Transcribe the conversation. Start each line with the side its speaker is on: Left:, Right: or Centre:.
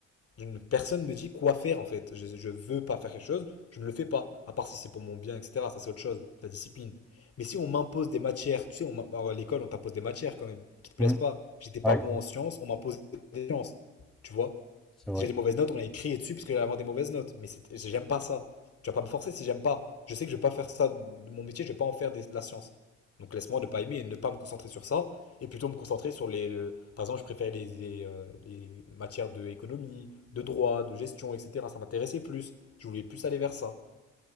Left: Je ne- personne me dit quoi faire en fait. Je, je veux pas faire quelque chose, je ne le fais pas. À part si c'est pour mon bien, etc. Ça c'est autre chose, la discipline. Mais si on m'impose des matières, tu sais, on m'a- bah, à l'école on t'impose des matières quand même, qui te plaisent
Centre: Mhm.
Left: pas. J'étais pas
Centre: Ouais,
Left: bon
Centre: grave.
Left: en sciences, on m'imposait des sciences. Tu vois?
Centre: c'est vrai.
Left: Si j'ai des mauvaises notes, on allait crier dessus parce que j'allais avoir des mauvaises notes. Mais c'est- j'aime pas ça. Tu vas pas me forcer si j'aime pas. Je sais que je vais pas faire ça. Mon métier, je vais pas en faire des- de la science. Donc laisse-moi ne pas aimer et ne pas me concentrer sur ça. Et plutôt me concentrer sur les. le- par exemple, je préférais les, les, euh, les matières de économie, de droit, de gestion, etc. Ça m'intéressait plus. Je voulais plus aller vers ça.